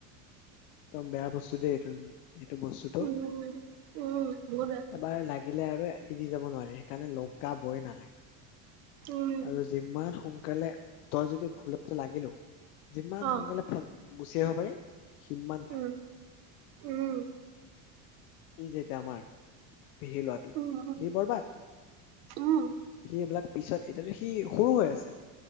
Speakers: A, on the left; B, on the right.
A: একদম বেয়া বস্তু দেই এইটো এইটো বস্তুটো
B: উম, উম, বহুত বেয়া
A: এবাৰ লাগিলে আৰু এৰি যাব নোৱাৰে। কাৰণে লগ গাবই নালাগে
B: উম,
A: আৰু যিমান কলে তই যদি ভুলটো লাগিলো যিমান
B: অ',
A: সোনকালে গুচি আহিব পাৰি। সিমান ভাল
B: উম, উম,
A: ই যেতিয়া আমাৰ পেহি ল'ৰাটো
B: উম,
A: সি বৰবাদ,
B: উম,
A: সি এইবিলাক পিছত এতিয়াতো সি সৰু হৈ আছে।